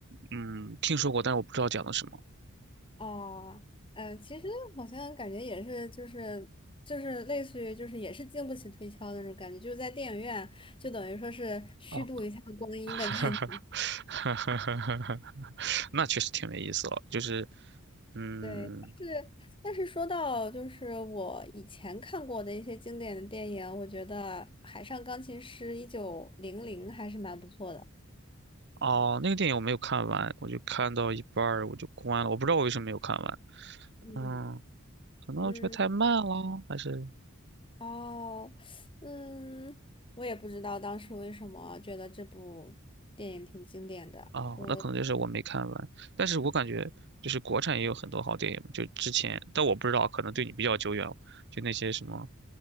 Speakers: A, on the right (about 55°); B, on the left (about 25°).
A: 嗯，听说过，但是我不知道讲的什么。
B: 哦，嗯，其实好像感觉也是，就是就是类似于就是也是经不起推敲的那种感觉，就是在电影院就等于说是虚度一下光阴的感觉。
A: 哦，<laughs>
B: <laughs>
A: 那确实挺没意思了，就是，嗯，
B: 对，但是但是说到就是我以前看过的一些经典的电影，我觉得《海上钢琴师》一九零零还是蛮不错的。
A: 哦，那个电影我没有看完，我就看到一半儿我就关了，我不知道我为什么没有看完。
B: 嗯
A: 嗯，可能我觉得太慢了，
B: 嗯
A: 还是
B: 哦嗯，我也不知道当时为什么觉得这部电影挺经典的。
A: 哦，
B: 我
A: 那可能就是我没看完。但是我感觉就是国产也有很多好电影，就之前，但我不知道，可能对你比较久远就那些什么